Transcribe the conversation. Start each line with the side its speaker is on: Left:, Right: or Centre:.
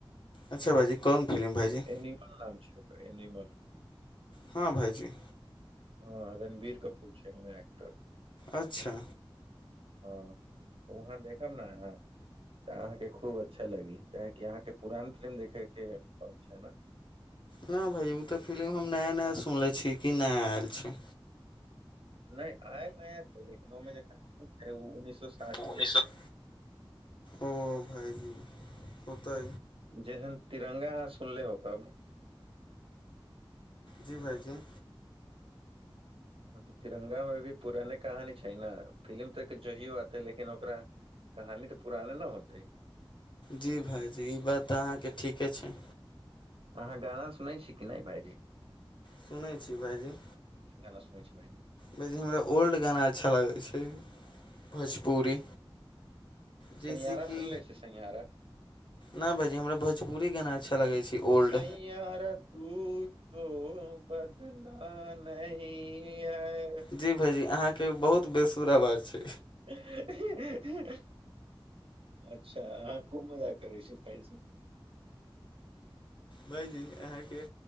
Left: अच्छा भाजी कोन फिलम भाजी।
Right: एनिमल नाम छै एनिमल।
Left: हँ भाइजी।
Right: हँ रणबीर कपूर छै ओमे एक्टर।
Left: अच्छा।
Right: हँ तऽ वहाँ देखब ने अहाँ। तऽ अहाँके खूब अच्छा लगी काहि अहाँके पुरान फिल्म देखे के शौक छै ने।
Left: नहि भाय ओ तऽ फिलि्म हम नया नया सुनले छिय कि नया आयल छै।
Right: नहि आय नया छै लेकिन ओहिमे जे कहानी छै ओ उन्ननीस सए साठि
Left: उन्नैस
Right: के छै।
Left: सए ओ भाइजी होतै
Right: जसन तिरंगा अह सुनले हो कब।
Left: जी भाइजी।
Right: तऽ तिरंगा मे भी पुराने कहानी छै ने फिलि्म तऽ एक जहिो आते लेकिन ओकरा। कहानी तऽ पुराने न होतै।
Left: जी भाइजी ई बात तऽ अहाँके ठीके छै।
Right: हहाँ गाना सुनाै छी की नहि भायजी।
Left: सुनै छी भाइजी।
Right: गाना सुनै छ भै कि।
Left: बी हमरा ओल्ड गाना अच्छा लगै छै भोजपुरी। जैसे
Right: सिघहारा
Left: कि
Right: सुन लै छियै सिघहारा।
Left: नहि भाजी हमरा भोजपुरी गाना अच्छा लगै छै। ओल्ड
Right: सयार तू तो बदला न। क है।
Left: जी भाइजी अहाँके बहुत बेसूर आवाज छै।
Right: अच्छा अ। खूब मजा करै छी फ।
Left: भाइजी अहाँके